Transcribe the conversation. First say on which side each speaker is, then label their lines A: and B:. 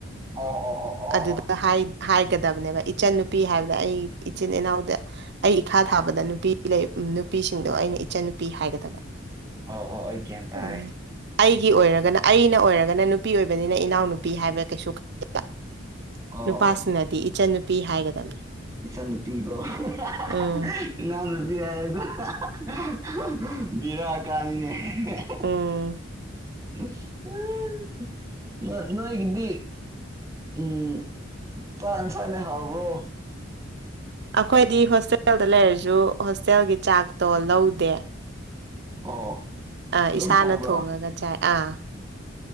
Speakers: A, on the right; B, on the right.
A: ꯑꯣ ꯑꯣꯑꯣ
B: ꯑꯗꯨꯗ
A: ꯑꯣ
B: ꯍꯥꯏ ꯍꯥꯏꯒꯗꯕꯅꯦꯕ ꯏꯆꯟ ꯅꯨꯄꯤ ꯍꯥꯏꯕꯗ ꯑꯩ ꯏꯆꯤꯟ ꯏꯅꯥꯎꯗ ꯑꯩ ꯏꯈꯥ ꯊꯥꯕꯗ ꯅꯨꯄꯤ ꯂꯩ ꯅꯨꯄꯤꯁꯤꯡꯗꯣ ꯑꯩꯅ ꯏꯆꯟ ꯅꯨꯄꯤ ꯍꯥꯏꯒꯗꯕ
A: ꯑꯣ ꯑꯣ ꯑꯩ ꯒ꯭ꯌꯥꯟ ꯇꯥꯔꯦ
B: ꯎꯝ ꯑꯩꯒꯤ ꯑꯣꯏꯔꯒꯅ ꯑꯩꯅ ꯑꯣꯏꯔꯒꯅ ꯅꯨꯄꯤ ꯑꯣꯏꯕꯅꯤꯅ ꯏꯅꯥꯎꯅꯨꯄꯤ ꯍꯥꯏꯕ ꯀꯩꯁꯨ ꯀꯥꯏ
A: ꯑꯣ
B: ꯅꯨꯄꯥꯁꯤꯡꯅꯗꯤ
A: ꯑꯣ
B: ꯏꯆꯟ ꯅꯨꯄꯤ ꯍꯥꯏꯒꯗꯕꯅꯦ
A: ꯏꯆꯟ ꯅꯨꯄꯤꯀꯣ ꯍꯥꯍꯥꯍꯥ
B: ꯎꯝ
A: ꯏꯅꯥꯎ ꯅꯨꯄꯤ ꯍꯥꯏ ꯍꯦꯛꯇ ꯍꯥꯍꯥꯍꯥ ꯍꯤꯍꯤꯍꯥ ꯕꯤꯔ ꯀꯅꯤꯅꯦ ꯍꯥꯍꯥꯍꯥ
B: ꯎꯝ
A: ꯎꯨꯏ ꯅꯣꯏꯒꯤꯗꯤ ꯎꯝ ꯄꯥꯟꯁꯂꯦ ꯍꯥꯎꯕ꯭ꯔꯣ
B: ꯑꯩꯈꯣꯏꯗꯤ ꯍꯣꯁꯇꯦꯜꯗ ꯂꯩꯔꯁꯨ ꯍꯣꯁꯇꯦꯜꯒꯤ ꯆꯥꯛꯇꯣ ꯂꯧꯗꯦ
A: ꯑꯣ
B: ꯑꯥ
A: ꯑꯗꯨꯝ
B: ꯏꯁꯥꯅ
A: ꯊꯣꯡꯕ꯭ꯔꯣ
B: ꯊꯣꯡꯉꯒ ꯆꯥꯏ ꯑꯥ